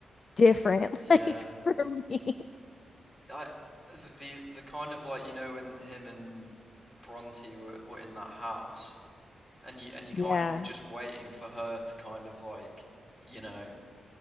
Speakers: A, on the left; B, on the left.
A: different
B: Yeah,
A: <laughs> like for me."
B: I the the kind of like you know when him and Bronte were were in that house, and you and you
A: Yeah.
B: kind of were just waiting for her to kind of like you know